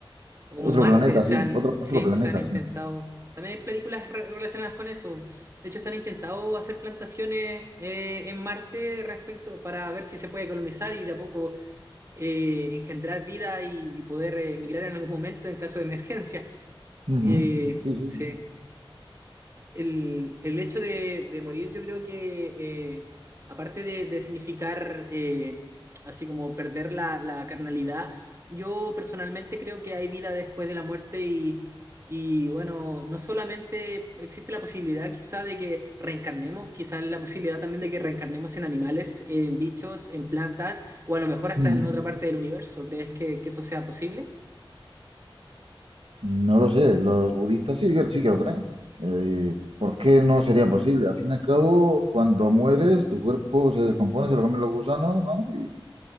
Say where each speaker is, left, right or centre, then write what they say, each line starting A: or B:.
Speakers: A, on the right (about 30°); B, on the right (about 90°).
A: como
B: Otro
A: Marte,
B: planeta,
A: se
B: sí,
A: han,
B: otro,
A: se,
B: otro planeta,
A: se han intentado.
B: sí.
A: También hay películas re- relacionadas con eso. De hecho, se han intentado hacer plantaciones eh, en Marte respecto para ver si se puede colonizar y de a poco eh, engendrar vida y, y poder eh, emigrar en algún momento en caso de emergencia.
B: Ujú.
A: Eh,
B: Sí, sí,
A: sí
B: sí.
A: el, el hecho de, de morir yo creo que, eh, aparte de, de significar eh, así como perder la, la carnalidad, yo personalmente creo que hay vida después de la muerte y, y bueno, no solamente existe la posibilidad quizá de que reencarnemos, quizás la posibilidad también de que reencarnemos en animales, en bichos, en plantas o a lo mejor hasta
B: Ujú.
A: en otra parte del universo. ¿Crees que, que eso sea posible?
B: No lo sé, los budistas sí, que- sí que lo creen. Eh, ¿por qué no sería posible? Al fin y al cabo, cuando mueres, tu cuerpo se descompone, se lo comen los gusanos, ¿no? Y